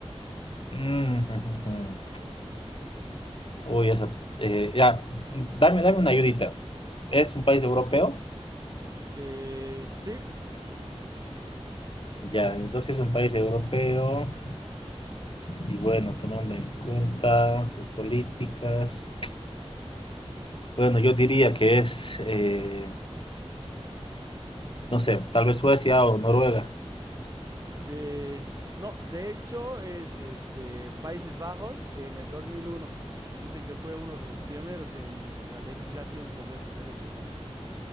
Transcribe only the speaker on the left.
Mm, <laughs> mm, mm, mm. Uy, esa, eh, ya, dame, dame una ayudita. ¿Es un país europeo?
Ya, entonces es un país europeo y bueno, tomando en cuenta sus políticas. Bueno, yo diría que es, eh, no sé, tal vez Suecia o Noruega.